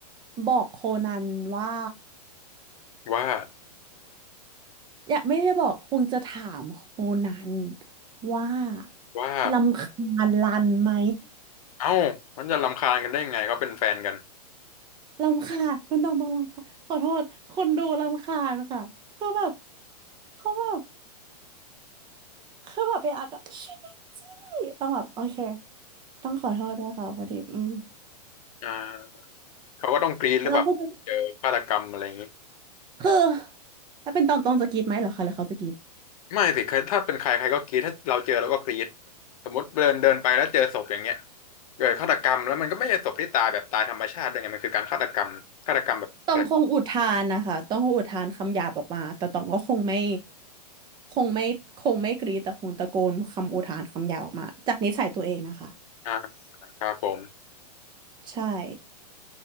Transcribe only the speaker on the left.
ว่า
ว่า
เอ้ามันจะรำคาญกันได้ยังไงเขาเป็นแฟนกัน
อ่าเขาก็ต้องกรี๊ดหรือแบบเเจอฆาตกรรมอะไรอย่างนี้
ไม่สิใครถ้าเป็นใครใครก็กรี๊ดถ้าเราเจอเราก็กรี๊ดสมมติเดินเดินไปแล้วเจอศพอย่างเงี้ยเกิดฆาตกรรมแล้วมันก็ไม่ใช่ศพที่ตายแบบตายธรรมชาติด้วยไงมันคือการฆาตกรรมฆาตกรรมแบบแผล
อ่าครับผม